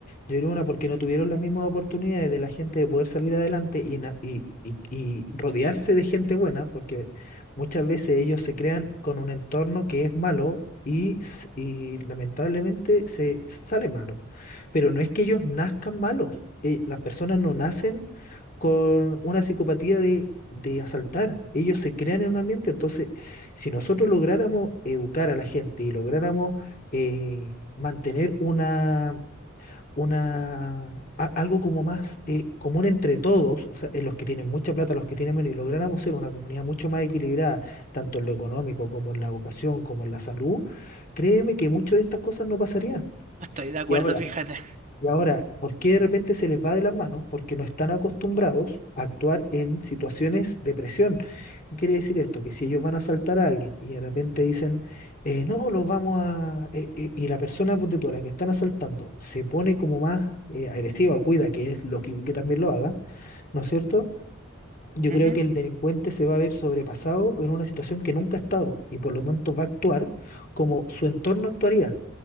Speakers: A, on the left; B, on the right.
A: Yo creo una, porque no tuvieron las mismas oportunidades de la gente de poder salir adelante y, na- y, y, y rodearse de gente buena, porque muchas veces ellos se crean con un entorno que es malo y, s- y lamentablemente se sale malo. Pero no es que ellos nazcan malos, eh, las personas no nacen con una psicopatía de, de asaltar, ellos se crean en un ambiente, entonces si nosotros lográramos educar a la gente y lográramos eh, mantener una, una, a- algo como más eh, común entre todos, o sea, en los que tienen mucha plata, los que tienen menos, y lográramos ser una comunidad mucho más equilibrada, tanto en lo económico como en la educación, como en la salud, créeme que muchas de estas cosas no pasarían.
B: No estoy de acuerdo,
A: Y ahora,
B: fíjate.
A: y ahora, ¿por qué de repente se les va de las manos? Porque no están acostumbrados a actuar en situaciones de presión. ¿Qué quiere decir esto? Que si ellos van a asaltar a alguien y de repente dicen, eh, no, los vamos a... eh, eh", y la persona, ponte tú, a la que están asaltando, se pone como más eh, agresiva, cuida, que es lógico que también lo haga, ¿no es cierto? Yo
B: Ujú,
A: creo que el delincuente se va a ver sobrepasado en una situación que nunca ha estado y por lo tanto va a actuar como su entorno actuaría